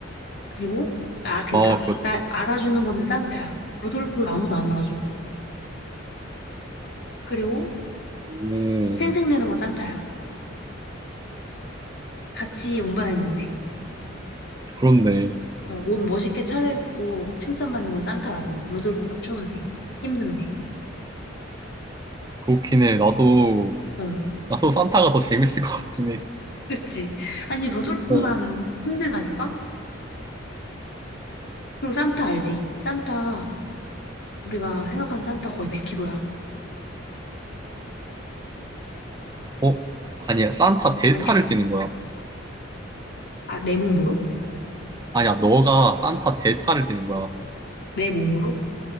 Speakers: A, on the left (about 60°); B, on the right (about 20°).
A: 그리고 아 그러니까
B: 아, 그렇지.
A: 날 알아주는 거는 산타야. 루돌프 아무도 안 알아줘. 그리고
B: 음,
A: 생색내는 건 산타야. 같이 운반했는데
B: 그렇네.
A: 어, 옷 멋있게 차려입고 칭찬받는 건 산타라고. 루돌프가 추운데 힘든데.
B: 그렇긴 해. 나도,
A: 어,
B: 나도 산타가 더 재밌을 것 같긴 해.
A: 그치? 아니 루돌프만
B: 어,
A: 힘들다니까? 그리고 산타 알지? 산타 우리가 생각하는 산타 거의 100kg야.
B: 어? 아니야. 산타 대타를
A: 아니야?
B: 뛰는 거야.
A: 아 내 몸으로?
B: 아니야. 너가 산타 대타를 뛰는 거야.
A: 내 몸으로?